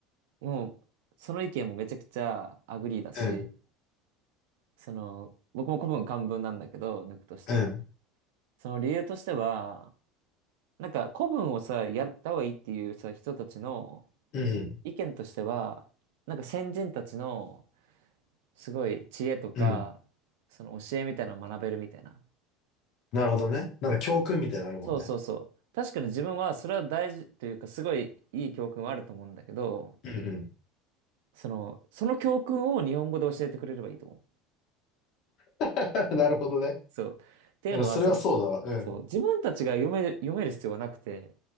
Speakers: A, on the right (about 80°); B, on the left (about 40°).
A: もう、その意見もめちゃくちゃアグリーだし、
B: ううん、
A: その、僕も古文漢文なんだけど、抜くとしたら。
B: うん、
A: その理由としては、なんか古文をさ、やった方がいいっていうさ、人たちの
B: うん、
A: 意見としては、なんか先人たちのすごい知恵とか、
B: うん。
A: その教えみたいなのを学べるみたいな。
B: なるほどね。なんか教訓みたいなのあるもんね。
A: そうそうそう。確かに自分はそれは大事というか、すごいいい教訓はあると思うんだけど、
B: うんうん。
A: その、その教訓を日本語で教えてくれればいいと思う。
B: <laughs> なるほどね。
A: そう。っていうのは、
B: でもそれはそうだわ。
A: その、
B: うん。
A: そう、自分たちが読める、読める必要はなくて、